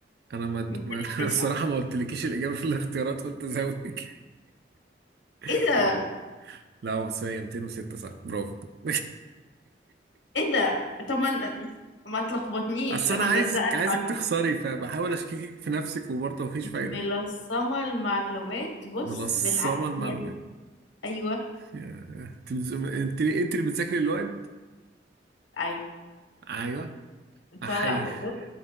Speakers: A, on the right; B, on the left.
A: انا ما
B: 209
A: ما- <laughs> انا الصراحة ما قلتلكيش الاجابة في الاختيارات قلت ازودك
B: إيه
A: <laughs>
B: ده
A: لا هو بس هي 206 صح برافو <laughs>
B: إيه ده طب ما أنا- ما تلخبطنيش
A: اصل
B: أنا
A: انا عايزك
B: ملزقة
A: عايزك
B: المعلومات
A: تخسري فبحاول اشككك في نفسك وبرضه مفيش فايده
B: ملصمة المعلومات بص
A: ملصمه
B: بالعافية
A: المعلومات
B: أيوه
A: يا- انت بتز- انت انت اللي بتذاكري الوقت
B: أيوه
A: ايوه
B: أنت
A: احي
B: لا ب-
A: <laughs>
B: بص